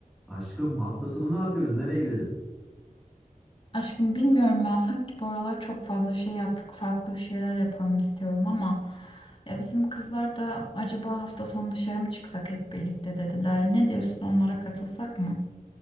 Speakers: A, in the centre; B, on the left.
A: Aşkım hafta sonu ne yapıyoruz? Nereye gidelim?
B: Aşkım bilmiyorum ya sanki bu aralar çok fazla şey yaptık farklı bir şeyler yapalım istiyorum ama ya bizim kızlar da acaba hafta sonu dışarı mı çıksak hep birlikte dediler. Ne diyorsun onlara katılsak mı?